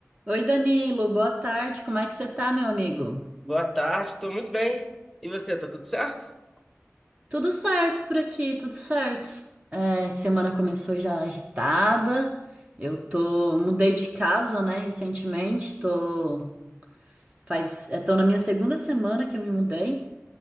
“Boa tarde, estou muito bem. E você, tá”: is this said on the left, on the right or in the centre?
Centre